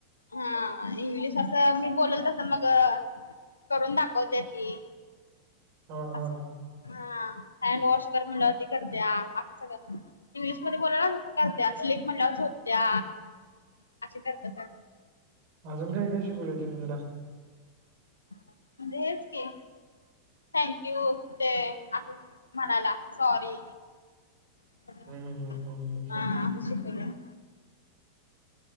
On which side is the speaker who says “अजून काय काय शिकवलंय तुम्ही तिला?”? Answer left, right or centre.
Right